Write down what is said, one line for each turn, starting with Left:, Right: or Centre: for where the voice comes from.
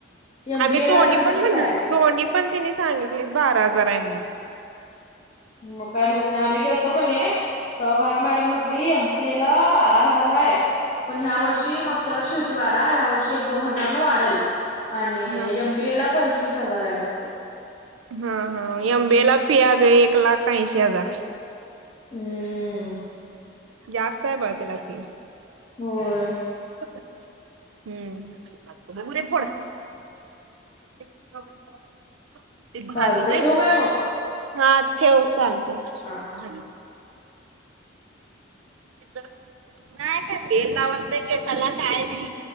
Left: एम
Right: आम्ही
Left: बी
Right: दोन्ही
Left: ए ला पंचवीस
Right: पण म्हणलो
Left: हाय.
Right: दोन्ही पण तिन सांगितलेत बारा हजार आहे म्हणून.
Left: मग काय माहित नाय आम्ही गेलतो कनय तवा घाट मॅडम म्हटली एम सी ए ला बारा हजार हाय. पण ह्या
Right: हम्म
Left: वर्षी मागच्या वर्षी ती बारा ह्या वर्षी एक दोन हजार न वाढल. आणि
Right: हा
Left: एम बी ए ला पण चोवीस हजार हाय म्हटली.
Right: हा हा एम बी ए ला फी अग एक लाख ऐंशी हजार ये.
Left: हुं
Right: जास्त आहे बघा तिला फि
Left: होय.
Right: हुं उरे फोड ते
Left: चालतय
Right: भाजलय
Left: ठेवू काय मग
Right: हा ठेव चाल भाज
Left: हा
Right: <inaudible> नाय का तेल लावत नाय केसाला काय नाई.